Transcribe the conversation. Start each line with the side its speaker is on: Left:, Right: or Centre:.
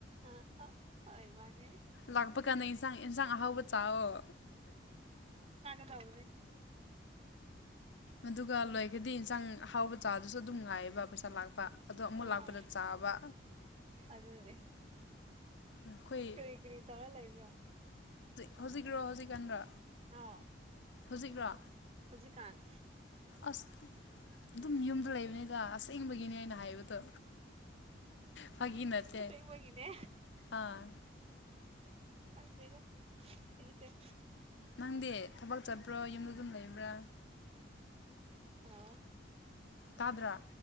Right: ꯑ ꯍꯣꯏ ꯃꯥꯅꯦ
Left: ꯂꯥꯛꯄ ꯀꯥꯟꯗ ꯏꯟꯁꯥꯡ ꯑꯦꯟꯁꯥꯡ ꯑꯍꯥꯎꯕ ꯆꯥꯛꯑꯣ
Right: ꯗꯥꯎꯗ
Left: ꯑꯗꯨꯒ ꯂꯣꯏꯔꯒꯗꯤ ꯏꯟꯁꯥꯡ ꯍꯥꯎꯕ ꯆꯥꯗꯨꯁꯨ ꯑꯗꯨ ꯑꯗꯨꯝ ꯉꯥꯏꯌꯦꯕ ꯄꯩꯁꯥ ꯂꯥꯛꯄ ꯑꯗꯣ ꯑꯃꯨꯛ
Right: ꯑꯥ
Left: ꯂꯥꯛꯄꯗ ꯆꯥꯕ
Right: ꯑꯗꯨꯅꯦ
Left: ꯑꯩꯈꯣꯏ
Right: ꯀꯔꯤ ꯀꯔꯤ ꯇꯔꯥ ꯂꯏꯕꯥ
Left: ꯍꯧꯖꯤꯛ꯭ꯔꯣ ꯍꯧꯖꯤꯛꯀꯥꯟ꯭ꯔꯣ
Right: ꯑꯥ
Left: ꯍꯧꯖꯤꯛ꯭ꯔꯣ
Right: ꯍꯧꯖꯤꯀꯥꯥꯟ
Left: ꯑꯁ ꯑꯗꯨꯝ ꯌꯨꯝꯗ ꯂꯩꯕꯅꯤꯗ ꯑꯁꯦꯡꯕꯒꯤꯅꯤ ꯍꯥꯏꯅ ꯍꯥꯏꯕꯗꯣ ꯐꯥꯒꯤ ꯅꯠꯇꯦ
Right: ꯑꯁꯦꯡ ꯃꯒꯤꯅꯦ
Left: ꯑꯥ
Right: ꯐꯪꯦꯅ ꯊꯁꯦ
Left: ꯅꯪꯗꯤ ꯊꯕꯛ ꯆꯠꯄ꯭ꯔꯣ ꯌꯨꯝꯗ ꯑꯗꯨꯝ ꯂꯩꯕ꯭ꯔꯥ
Right: ꯍꯂ
Left: ꯇꯥꯗ꯭ꯔ